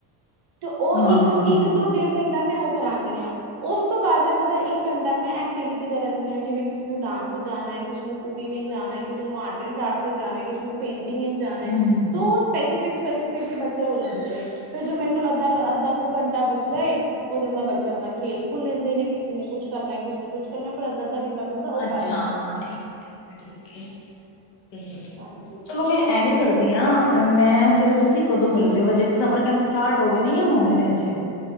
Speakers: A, on the right; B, on the left.
A: ਤੇ ਉਹ
B: ਹਾਂ
A: ਇੱਕ-ਇੱਕ
B: ਹਾਂ ਹਾਂ ਹਾਂ
A: ਤੋਂ ਡੇਢ ਘੰਟਾ ਮੈਂ ਕਰਾਨੀ ਆ। ਉਸ ਤੋਂ ਬਾਅਦ ਇਹਨਾਂ ਦਾ ਇੱਕ ਘੰਟਾ ਮੈਂ ਐਕਟੀਵਿਟੀ ਦਾ ਰੱਖਣੀ ਹਾਂ ਜਿਵੇਂ ਕਿਸੇ ਨੂੰ ਡਾਂਸ ਵਿੱਚ ਜਾਣਾ ਕਿਸੇ ਨੂੰ ਕੁਕਿੰਗ ਵਿੱਚ ਜਾਣਾ ਕਿਸੇ ਨੂੰ ਆਰਟ ਐਂਡ ਕਰਾਫਟ ਵਿੱਚ ਜਾਣਾ ਕਿਸੇ ਨੂੰ ਪੇਂਟ ਜਾਣਾ ਹੈ
B: ਹੂੰ-ਹੂੰ।
A: ਤਾਂ ਉਹ ਸਪੈਸੀਫਿਕ ਸਪੈਸੀਫਿਕ ਬੱਚਾ ਹੋ ਜਾਂਦੇ ਨੇ ਫਿਰ ਜੋ ਮੇਰੇ ਕੋਲ ਅੱਧਾ ਅੱਧਾ ਕੁ ਘੰਟਾ ਬਚਦਾ ਏ ਉਹ ਜਾਂਦਾ ਬੱਚੇ ਆਪਣਾ ਖੇਲ ਲੈਂਦੇ ਨੇ ਕਿਸੇ ਨੇ ਕੁਛ ਕਰਨਾ ਕਿਸੇ ਨੇ ਕੁਛ ਕਰਨਾ ਫਿਰ ਅੱਧਾ ਅੱਧਾ ਬੰਦਾ ਉਹ
B: ਅੱਛਾ
A: ਕਰ ਲੈਂਦਾ ਆਪਣਾ
B: ਠੀਕ ਆ ਠੀਕ ਆ ਠੀਕ ਹੈ
A: ਹਾਂਜੀ
B: ਚਲੋ ਫੇਰ ਐਵੇਂ ਕਰਦੀ ਹਾਂ ਮੈਂ ਫਿਰ ਤੁਸੀਂ ਕਦੋਂ ਮਿਲਦੇ ਹੋ ਹਜੇ ਸਮਰ ਕੈਂਪ ਸਟਾਰਟ ਹੋ ਗਏ ਨੇ ਜਾਂ ਹੋਣੇ ਨੇ ਹਜੇ